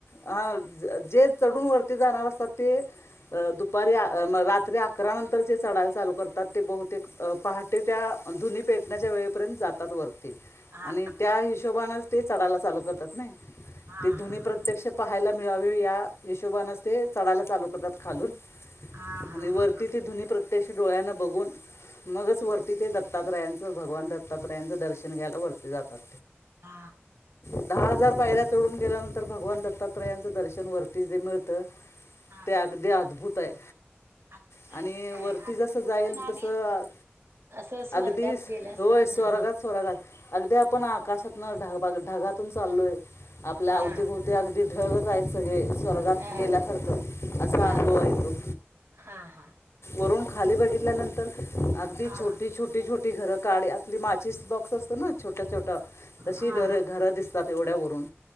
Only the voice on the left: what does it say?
हा जे चढून वरती जाणार असतात ते. अ दुपारी रात्री अकरा नंतरचे चढायला चालू करतात. ते बहुतेक पहाटे त्या धुनी पेटण्याच्या वेळेपर्यंत जातात वर.
आणि त्या हिशोबनेच ते चढायला चालू करतात नाही
ते धुनी प्र क्षा पाहायला मिळावी या हिशोबाने नचते. चढायला चालू करतात खालून
आणि वरती
ती धुनी प्रत्यक्ष डोळ्यानं बघून. मगच
वरती ते दत्तात्रायांचं भगवान दत्त, दत्तात्रेयांचे दर्शन घ्यायला वरती जातात.
दहा हजार पायऱ्या चढून गेल्यानंतर भगवान दत्तात्रयांचं दर्शन वरती च मिळतं.
ते अगदी अद्भुत आहे.
आणि
वरती
जसं जाईल
तसं
अगदीस
होय स्वरागात
स्वरागात अगदी आपण आकाशातन ढग ढगातून चाललोय आपल्या
आवती भवती अगदी ढगच आहेत सगळे स्वर्गात
गेल्यासारखं असा
अनुभव आहे तो
वरून खाली बघितल्यानंतर अगदी
छोटी छोटी छोटी घरात काडी आपली माचीस बॉक्स असतो ना छोट्या छोट्या तशी
घर घर दिसतात एवढ्या वरून